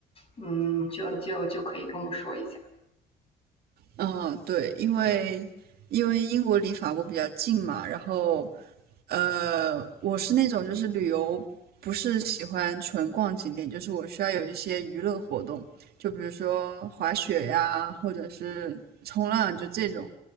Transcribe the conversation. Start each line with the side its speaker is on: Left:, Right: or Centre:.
Left: 嗯，就就就可以跟我说一下。
Right: 嗯，对，因为因为英国离法国比较近嘛，然后呃，我是那种就是旅游不是喜欢纯逛景点，就是我需要有一些娱乐活动，就比如说滑雪呀，或者是冲浪，就这种。